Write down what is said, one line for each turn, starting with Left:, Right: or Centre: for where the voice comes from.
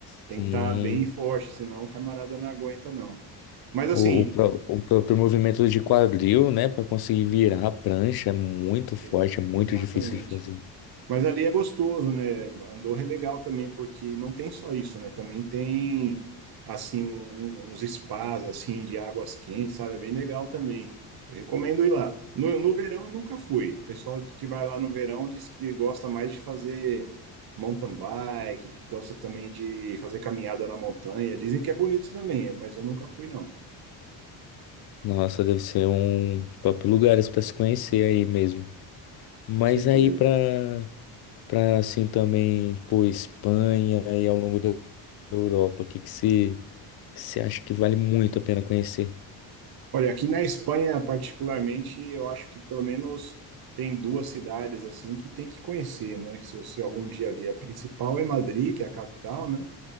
Right: tem
Left: Sim.
Right: que estar bem forte, senão o camarada não aguenta, não. Mas, assim,
Left: O, o, pró- o próprio movimento de quadril, né, para conseguir virar a prancha é muito forte,
Right: ex-
Left: é muito
Right: exatamente.
Left: difícil de fazer.
Right: Mas ali é gostoso, né? Andorra é legal também, porque não tem só isso, né? Também tem, assim, um- um, uns spas, assim, de águas quentes, sabe? É bem legal também. Eu recomendo ir lá. No, no verão eu nunca fui. O pessoal que vai lá no verão diz que gosta mais de fazer mountain bike, que gosta também de fazer caminhada na montanha. Dizem que é bonito também, mas eu nunca fui, não.
Left: Nossa, deve ser um top lugares para se conhecer aí mesmo. Mas
Right: Com certeza.
Left: aí para para assim também, pô, Espanha e ao longo da Europa, o que que você você acha que vale muito a pena conhecer?
Right: Olha, aqui na Espanha, particularmente, eu acho que pelo menos tem duas cidades assim que tem que conhecer, né? Se você algum dia vier, a principal é Madrid, que é a capital, né?